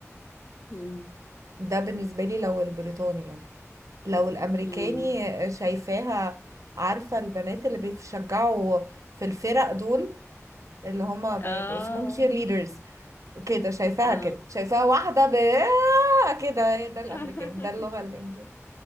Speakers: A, on the left; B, on the right.
A: امم
B: ده بالنسبه لي لو البريطاني يعني. لو الامريكاني
A: امم
B: آه، شايفاها عارفه البنات اللي بيشجعوا في الفرق دول اللي هما بيبقوا
A: اه
B: اسمهم تشير ليدرز كده شايفاها
A: اه
B: كده شايفاها واحدة ب آه كده ده
A: <laughs>
B: الأمريكاني ده اللغة الإنجليزية